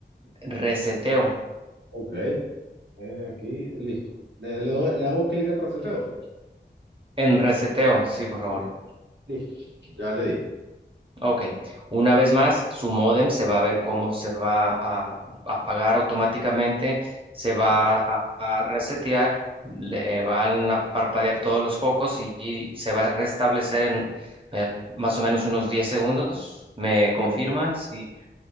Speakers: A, on the right; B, on the right.
A: reseteo.
B: ok, Eh, aquí, listo. Le, le doy- le hago clic en reseteo.
A: En reseteo, sí, por favor.
B: Ok, listo, ya le di.
A: Ok, una vez más, su módem se va a ver cómo se va a apagar automáticamente, se
B: Ah,
A: va a, a resetear, le van a parpadear todos los focos y, y se va a restablecer en eh, más o menos unos 10 segundos. ¿Me
B: ok,
A: confirma? Sí,